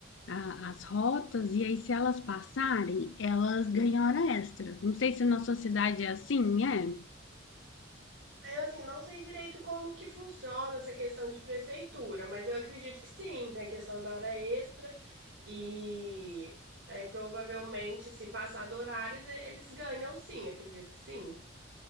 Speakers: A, on the left; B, on the right.
A: a- as rotas e aí, se elas passarem, elas ganham hora extra. Não sei se na sua cidade é assim, é?
B: Eu, assim, não sei direito como que funciona essa questão de prefeitura, mas eu acredito que sim, tem a questão da hora extra e aí provavelmente se passar do horário, e- eles ganham sim, acredito que sim.